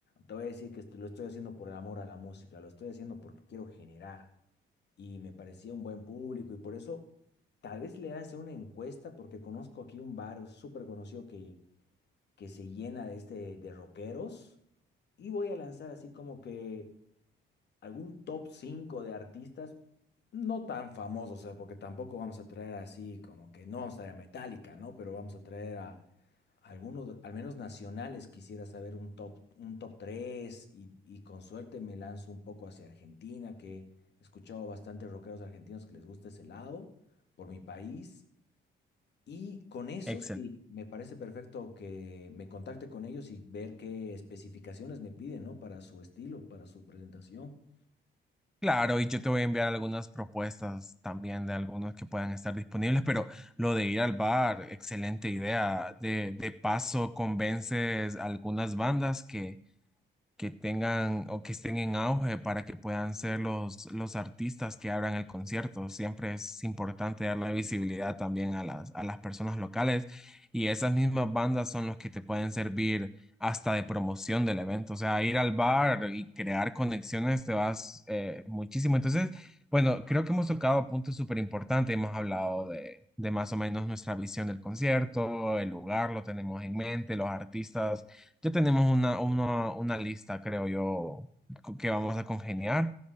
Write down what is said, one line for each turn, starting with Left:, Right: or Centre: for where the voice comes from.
Left: te voy a decir que esto- lo estoy haciendo por el amor a la música, lo estoy haciendo porque quiero generar, y me parecía un buen público, y por eso, tal vez le hace una encuesta, porque conozco aquí un bar súper conocido que que se llena de este de rockeros y voy a lanzar así como que algún top 5 de artistas no tan famosos, o sea, porque tampoco vamos a traer así como que no vamos a traer a Metallica, ¿no? Pero vamos a traer a algunos, al menos nacionales, quisiera saber un top, un top 3 y, y con suerte me lanzo un poco hacia Argentina, que he escuchado bastantes rockeros argentinos que les gusta ese lado por mi país y con eso
Centre: Excelente.
Left: sí, me parece perfecto que me contacte con ellos y ver qué especificaciones me piden, ¿no? Para su estilo, para su presentación.
Centre: Claro, y yo te voy a enviar algunas propuestas también de algunos que puedan estar disponibles, pero lo de ir al bar, excelente idea. De, de paso, convences a algunas bandas que, que tengan o que estén en auge para que puedan ser los, los artistas que abran el concierto. Siempre es importante dar la visibilidad también a las, a las personas locales y esas mismas bandas son los que te pueden servir hasta de promoción del evento. O sea, ir al bar y crear conexiones te vas eh, muchísimo. Entonces, bueno, creo que hemos tocado puntos súper importantes. Hemos hablado de... de más o menos nuestra visión del concierto, el lugar lo tenemos en mente, los artistas ya tenemos una, una, una lista, creo yo, co- que vamos a congeniar.